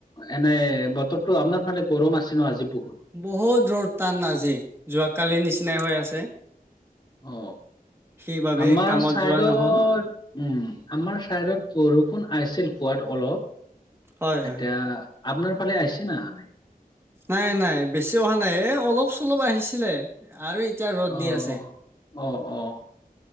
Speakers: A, on the left; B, on the right.
A: এনেই বতৰটো আপোনাৰ ফালে গৰম আছে ন আজি? বহুত
B: বহুত ৰ'দ টান আজি, যোৱাকালি নিচিনাই হৈ আছে।
A: অ।
B: সেইবাবেই
A: আমাৰ
B: কামত
A: চাইদত,
B: যোৱা নহ'ল
A: উম আমাৰ চাইদত বৰষু ষূণ আছিল পোৱাত অলপ,
B: হয় হয়।
A: এতিয়া আপনাৰ ফালে আইছে না আহা নাই?
B: নাই নাই বেছি অহা নাই, এ অলপ চলপ আহিছিলে আৰু এতিয়া ৰ'দ
A: অহ-অহ-অহ।
B: দি আছে।